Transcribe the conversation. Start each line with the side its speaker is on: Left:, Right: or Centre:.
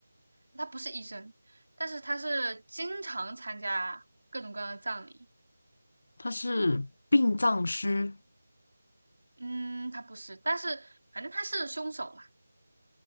Right: 他不是医生，但是他是经常参加各种各样的葬礼。
Left: 她是殡葬师，
Right: 嗯，他不是，但是反正他是凶手嘛。